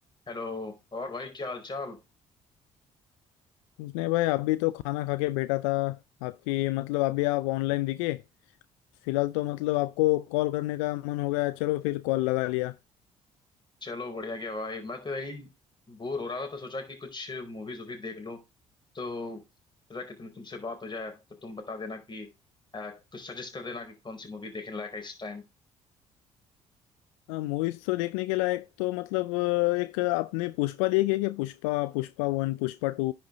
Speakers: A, on the left; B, on the left.
A: Hello और भाई क्या हाल चाल
B: उसने भाई अभी तो खाना खा के बैठा था आपकी मतलब अभी आप ऑनलाइन दिखे फिलहाल तो मतलब आपको कॉल करने का मन हो गया चलो फिर कॉल लगा लिया
A: चलो बढ़िया क्या भाई मैं तो यही बोर हो रहा था तो सोचा कि कुछ मूवीज वूवीज देख लूं तो सोचा कि तुम तुमसे बात हो जाए तो तुम बता देना कि अ, कुछ सजेस्ट कर देना कि कौन सी मूवी देखने लायक है इस टाइम
B: मूवीज तो देखने के लायक तो मतलब अ, एक आपने पुष्पा देखी है क्या Pushpa Pushpa one Pushpa two